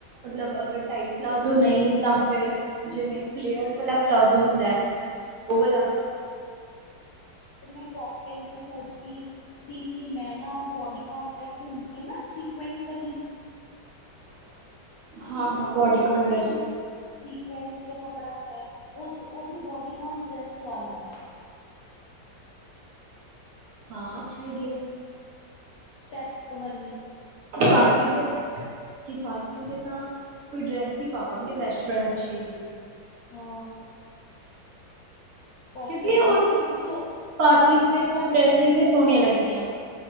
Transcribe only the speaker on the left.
ਤੇ ਮੈਂ ਕੋਕਟੇਲ ਤੇ ਸੋਚ ਰਹੀ ਸੀ ਕਿ ਮੈਂ ਨਾ ਉਹ ਬੋਡੀ <unintelligible> ਹੁੰਦੀ ਹੈ ਨਾ ਸੀਿਕੁੈਂਸ ਵਾਲੀ
ਸ ਜੋ ਕੱਪੜਾ ਹੁੰਦਾ ਹੈ ਉਹ ਉਹਦੀ ਬੋਡੀ <unintelligible> ਡਰੈਸ ਵਾਲਾ
ਸਟੈਪ ਵਾਲੀ
ਹਾਂ ਕੋਕਟੇਲ
ਜੀ
ਫਿਰ ਤੁਸੀਂ ਉਹ